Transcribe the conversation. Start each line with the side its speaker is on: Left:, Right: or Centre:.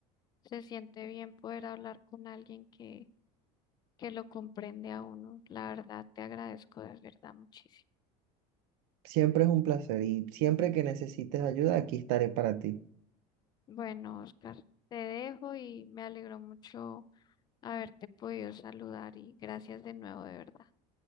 Left: Se siente bien poder hablar con alguien que, que lo comprende a uno. La verdad, te agradezco de verdad muchísimo.
Right: Siempre es un placer y siempre que necesites ayuda, aquí estaré para ti.
Left: Bueno, Oscar, te dejo y me alegro mucho haberte podido saludar y gracias de nuevo de verdad.